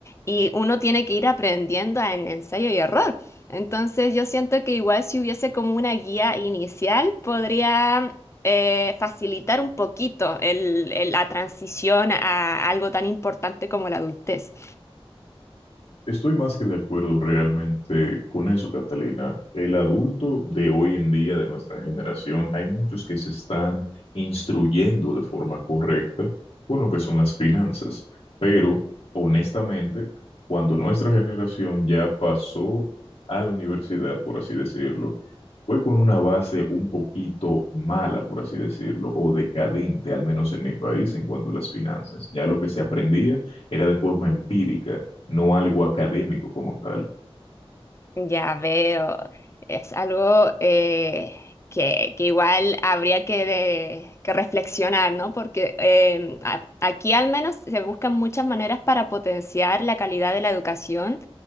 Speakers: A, on the left; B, on the left.
A: y uno tiene que ir aprendiendo en ensayo y error. Entonces yo siento que igual si hubiese como una guía inicial, podría eh, facilitar un poquito el- el- la transición a algo tan importante como la adultez.
B: Estoy más que de acuerdo realmente con eso, Catalina. El adulto de hoy en día, de nuestra generación, hay muchos que se están instruyendo de forma correcta con lo que son las finanzas, pero honestamente, cuando nuestra generación ya pasó a la universidad, por así decirlo, fue con una base un poquito mala, por así decirlo, o decadente, al menos en mi país, en cuanto a las finanzas. Ya lo que se aprendía era de forma empírica no algo académico como tal.
A: Ya veo, es algo eh, que, que igual habría que, de- que reflexionar, ¿no? Porque em, a- aquí al menos se buscan muchas maneras para potenciar la calidad de la educación,